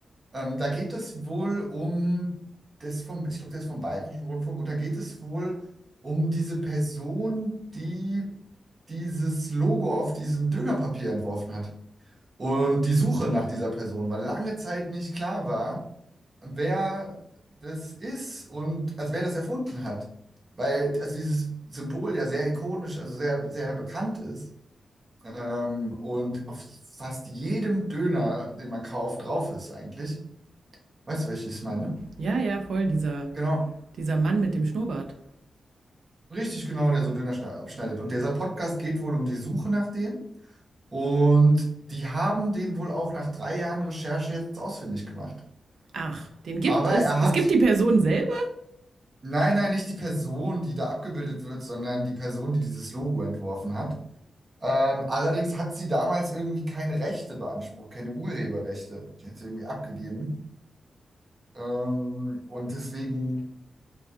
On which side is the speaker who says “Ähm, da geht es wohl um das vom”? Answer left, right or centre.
Right